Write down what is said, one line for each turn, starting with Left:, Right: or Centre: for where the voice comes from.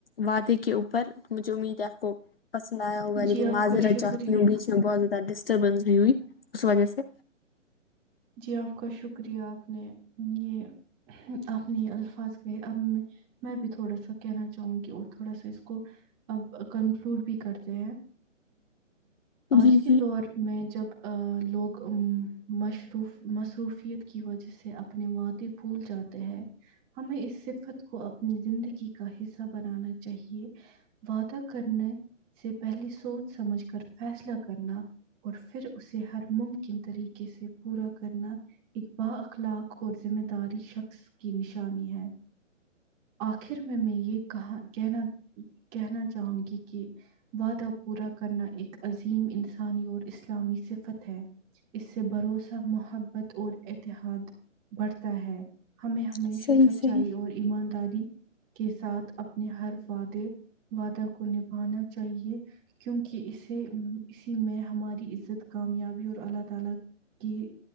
Left: وعدے کے اوپر مجھے امید ہے کو پسند آیا ہوگا
Right: جی
Left: لیکن
Right: آپ
Left: میں معذرت
Right: کا شکریہ
Left: چاہتی ہوں بیچ میں بہت زیادہ ڈسٹربینس بھی ہوئی اس وجہ سے
Right: جی آپ کا شکریہ آپ نے یہ اپنی الفاظ کہ اب میں میں بھی تھوڑا سا کہنا چاہوں گی اور تھوڑا سا اس کو اب کنکلوڈ بھی کرتے ہیں آج
Left: جی
Right: کے
Left: جی
Right: دور میں جب لوگ مش و مصروفیت کی وجہ سے اپنے وعدے بھول جاتے ہیں ہمیں اس صفت کو اپنی زندگی کا حصہ بنانا چاہیے وعدہ کرنے سے پہلے سوچ سمجھ کر فیصلہ کرنا اور پھر اسے ہر ممکن طریقے سے پورا کرنا ایک با اخلاق اور ذمہ داری شخص کی نشانی ہے آخر میں میں یہ کہا کہنا کہنا چاہوں گی کہ وعدہ پورا کرنا ایک عظیم انسانی اور اسلامی صفت ہے اس سے بھروسہ محبت اور اتحاد بڑھتا ہے ہمیں ہمیشہ
Left: صحیح
Right: سچائی
Left: صحیح
Right: اور ایمانداری کے ساتھ اپنے ہر وعدے وعدہ کو نبھانا چاہیے کیونکہ اسے اسی میں ہماری عزت کامیابی اور اللہ تعالی کی